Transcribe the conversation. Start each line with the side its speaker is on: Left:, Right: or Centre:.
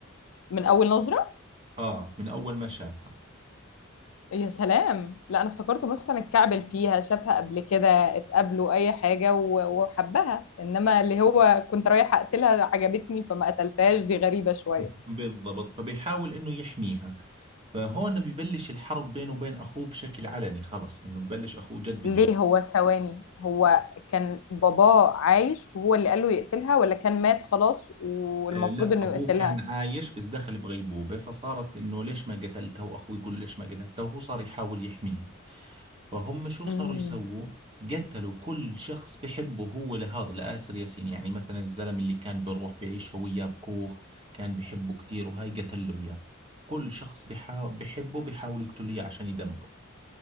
Left: من أول نظرة
Right: اه من اول ما شافها
Left: يا سلام لا انا افتكرته مثلا اتكعبل فيها شافها قبل كده اتقابلوا اي حاجه و- وحبها انما اللي هو كنت رايحه اقتلها عجبتني فما قتلتهاش دي غريبه شويه
Right: <laughs> بالضبط فبيحاول انه يحميها فهون ببلش الحرب بينه وبين اخوه بشكل علني خلص انه ببلش اخوه جد بده
Left: ليه هو ثواني هو كان باباه عايش وهو اللي قال له يقتلها ولا كان مات خلاص والمفروض
Right: آه، لا
Left: انه
Right: ابوه
Left: يقتلها
Right: كان عايش بس دخل بغيبوبة فصارت انه ليش ما قتلته واخوه يقول له ليش ما قتلته وهو صار يحاول يحميها فهم شو صاروا
Left: امم
Right: يسووا قتلوا كل شخص بحبه هو لهذا لآسر ياسين يعني مثلا الزلم اللي كان بيروح بيعيش هو وياه بكوخ كان بحبه كثير وهاي قتل له اياه كل شخص بحا... بحبه بيحاول يقتله اياه عشان يدمره